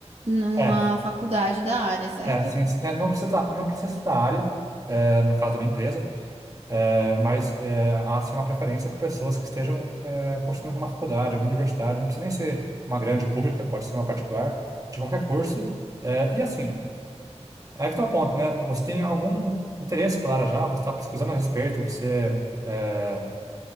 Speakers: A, on the right (about 60°); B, on the right (about 30°).
A: numa
B: É,
A: faculdade da área, certo?
B: é, sim, sim. É, não precisa, não precisa citar a área, eh, no caso da minha empresa, É, mas é, há sim uma preferência por pessoas que estejam é, cursando alguma faculdade, alguma universidade, não precisa nem ser uma grande pública, pode ser uma particular, de qualquer curso. É, e assim, é que está o ponto, né? Você tem algum interesse pela área já, você está pesquisando a respeito, você é,